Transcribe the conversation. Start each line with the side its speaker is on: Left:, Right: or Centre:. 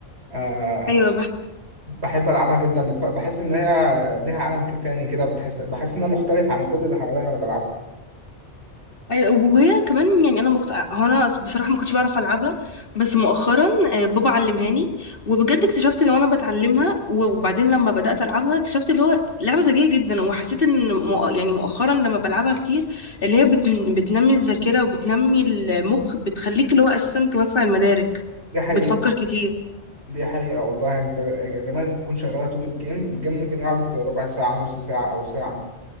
Right: أه
Left: ايوه
Right: بحب العبها جدا بتف... بحس ان هي ليها عالم ك- تاني كده بتحس بحس انها مختلف عن كل اللي حواليا وانا بلعبها
Left: أيوة، وهي كمان يعني انا مكت... هو انا بصراحه ما كنتش بعرف العبها بس مؤخرا آه، بابا علمهاني وبجد اكتشفت ان انا بتعلمها و- وبعدين لما بدات العبها اكتشفت اللي هو لعبه ذكيه جدا وحسيت ان مؤ... يعني مؤخرا لما بلعبها كتير اللي هي بت... بتنمي الذاكره وبتنمي المخ بتخليك اللي هو اساسا توسع المدارك
Right: دي حقيقه
Left: بتفكر كتير
Right: دي حقيقة والله انت دماغك بتكون شغالة طول الجيم الجيم ممكن يقعد ربع ساعة نص ساعة أو ساعة